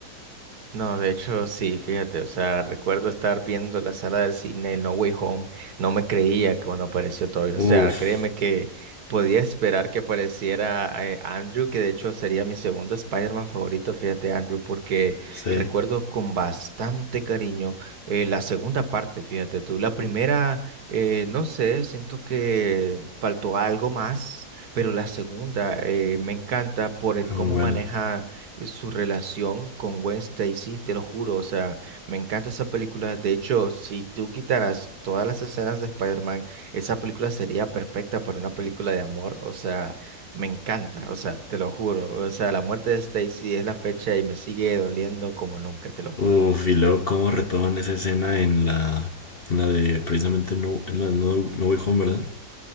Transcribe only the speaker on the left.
Uf,
sí,
muy
bueno.
Uf, y luego cómo retoman esa escena en la, en la de precisamente No, en la de no, No Way Home, ¿verdad?